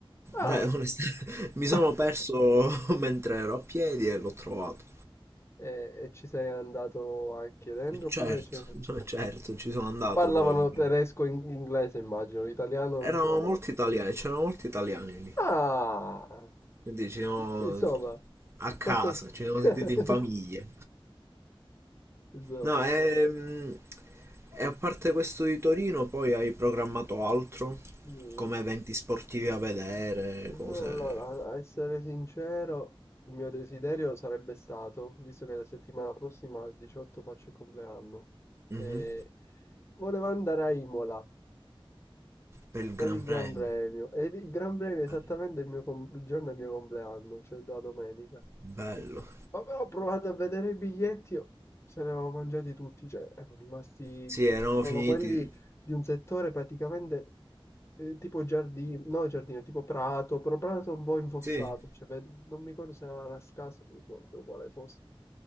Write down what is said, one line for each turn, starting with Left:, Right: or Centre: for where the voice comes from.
Left: Ah!
Right: Cioè, onestamente, <laughs> mi sono
Left: <laughs>
Right: perso <laughs> mentre ero a piedi e l'ho trovato.
Left: E, e ci sei andato anche dentro
Right: E Certo,
Left: oppure c'è...
Right: <laughs> cioè, certo, ci sono andato
Left: Parlavano
Right: poi. ovviamente.
Left: tedesco e in- inglese, immagino, l'italiano
Right: erano
Left: non c'era molto.
Right: molti italiani, c'erano molti italiani lì,
Left: Ah!
Right: quindi ci siamo
Left: Insomma,
Right: a
Left: fatto...
Right: casa, ci siamo
Left: <laughs>
Right: sentiti in famiglia.
Left: Insomma.
Right: No, ehm, e, a parte questo di Torino, poi hai programmato altro,
Left: Mm.
Right: come eventi sportivi a vedere,
Left: Eh, Allora,
Right: cose
Left: a essere sincero, il mio desiderio sarebbe stato, visto che la settimana prossima al 18 faccio il compleanno,
Right: Mhm.
Left: eh, volevo andare a Imola
Right: per il
Left: per
Right: Gran
Left: il
Right: Premio.
Left: Gran Premio, e il Gran Premio è esattamente
Right: Bello.
Left: il mio com- il giorno del mio compleanno, cioè la domenica.
Right: Bello.
Left: Oh, però ho provato a vedere i biglietti, oh, se ne avevo mangiati tutti, cioè erano rimasti
Right: Sì, erano
Left: solo
Right: finiti.
Left: quelli di un settore praticamente eh, tipo giardino, no giardino, tipo prato, però prato un po' infossato,
Right: Sì.
Left: cioè ve- non mi ricordo se era Rascasso, non ricordo quale fosse.